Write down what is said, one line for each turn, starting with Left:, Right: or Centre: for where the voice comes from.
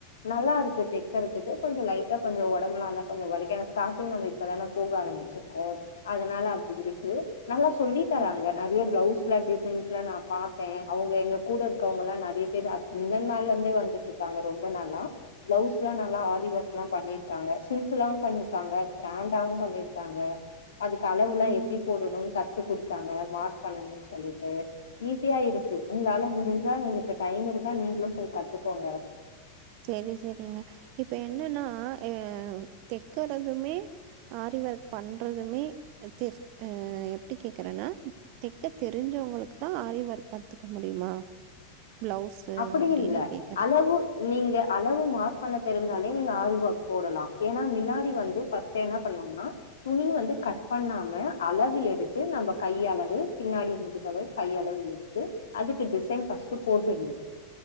Left: நல்லாருக்கு தெக்கறதுக்கு கொஞ்சம் லைட்டா கொஞ்ச ஒடம்புலா ஆனா வலிக்க தான் ஸ்டார்ட்டிங் நம்ம இப்பதானே போக ஆரம்பிச்சிருக்கோ அதனால அப்டியிருக்கு நல்லா சொல்லி தராங்க
Right: ம்.
Left: நெறய ப்ளவுஸ் டிசைன்ஸ்லா நா பாத்தே அவுங்க எங்க கூட இருக்கவங்கலா நெறய பேர் அததக்கு முந்தன நாள்லருந்தே வந்து ட்ருக்காங்க ரொம்ப நாளா பிளவுஸ்லா நல்லா ஆரி ஒர்க்லா பண்ணிருக்காங்க சிம்பிளாவும் பண்ணிருக்காங்க கிராண்ட் டாவும் பண்ணிருக்காங்க அதுக்கு அளவுலா எப்பிடி
Right: ம்.
Left: போடணுன் கத்துக்குடுத் தாங்க மார்க் பண்ணனு சொல்லிட்டு ஈஸியாயிருக்கு உங்களால முடிஞ்சா உங்களுக்கு டைம் இருந்தா நீங்களும் போய் கத்துக் கோங்க
Right: சேரி சேரிங்க இப்ப என்னன்னா அஹ் தெக்கறதுமே ஆரி ஒர்க் பண்றதுமே தெ அஹ் எப்டி கேக்குறேன்னா தெக்க தெரிஞ்சவங்களுக்கு தா ஆரி ஒர்க் கத்துக்க முடியுமா ப்ளவுஸு
Left: அப்படி
Right: அப்படின்னு
Left: இல்ல
Right: கேட்கிறா.
Left: அளவு நீங்க அளவு மார்க் பண்ண தெரிஞ்சாலே நீங்க ஆரிவொர்க் போடலா ஏன்னா மின்னாடி வந்து ஃபர்ஸ்ட் என்ன பண்ணுவாங்னா துணி வந்து கட் பண்ணாம அளவு எடுத்து நம்ம கையளவு பின்னாடி முதுகளவு கையளவு எடுத்து அதுக்கு டிசைன் ஃபர்ஸ்ட் போட்டுர்ணு